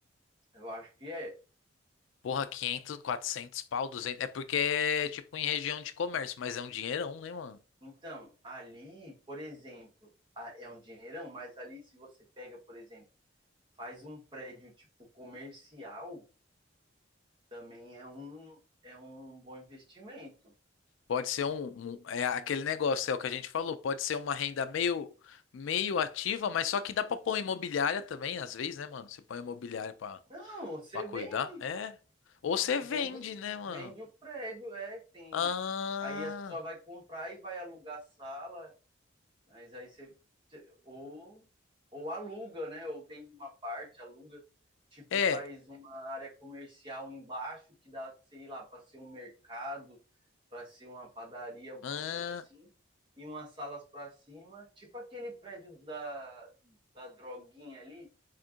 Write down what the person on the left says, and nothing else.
Porra, quinhentos 400 pau, duzentos É porque é tipo em região de comércio, mas é um dinheirão, né, mano?
Pode ser um, um- É aquele negócio, é o que a gente falou. Pode ser uma renda meio, meio ativa, mas só que dá pra pôr imobiliária também, às vezes, né, mano? Você põe imobiliária pra,
pra cuidar.
É. Ou você
vende,
né, mano?
Ah.
É.
Ah.